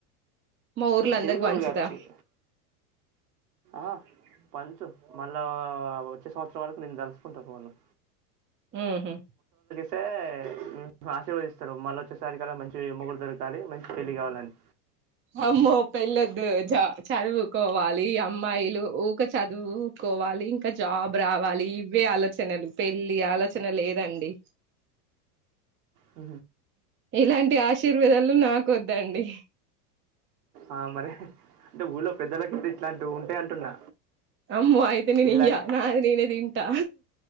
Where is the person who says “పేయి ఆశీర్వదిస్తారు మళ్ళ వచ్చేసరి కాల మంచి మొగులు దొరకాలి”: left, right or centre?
Right